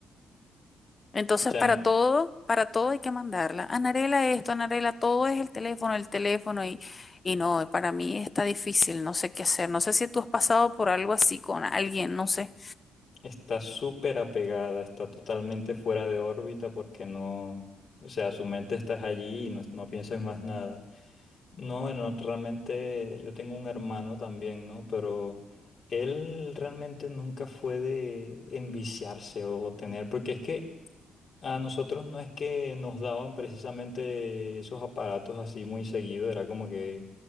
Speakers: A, on the left (about 30°); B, on the left (about 50°).
A: Entonces,
B: O sea,
A: para todo, para todo hay que mandarla. Anarela esto, Anarela, todo es el teléfono, el teléfono y, y no, para mí está difícil, no sé qué hacer. No sé si tú has pasado por algo así con alguien, no sé.
B: está súper apegada, está totalmente fuera de órbita porque no, o sea, su mente está allí y no, no piensa en más nada. No, bueno, realmente yo tengo un hermano también, ¿no? Pero él realmente nunca fue de enviciarse o tener, porque es que A nosotros no es que nos daban precisamente esos aparatos así muy seguido, era como que,